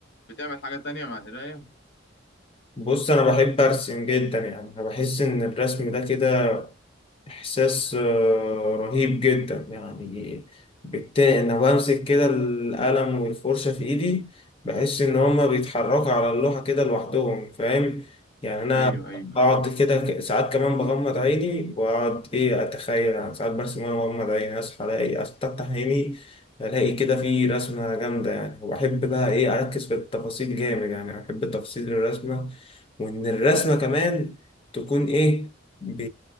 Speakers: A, on the left; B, on the left.
A: بتعمل حاجة تانية مع القراية
B: بص انا بحب ارسم جدا يعني انا بحس ان الرسم ده كده إحساس آه، رهيب جدا يعني بالتالي أنا بمسك كده القلم والفرشة في إيدي بحس إن هما بيتحركوا على اللوحة كده لوحدهم فاهم يعني أنا
A: ايوه ايوه
B: بقعد
A: ايوه
B: كده ك- ساعات كمان بغمض عيني وأقعد إيه أتخيل يعني ساعات برسم وأنا بغمض عيني أصحى ألاقي أفتح عيني ألاقي كده في رسمة جامدة يعني وبحب بقى إيه أركز في التفاصيل جامد يعني بحب تفاصيل الرسمة وإن الرسمة كمان تكون إيه ب...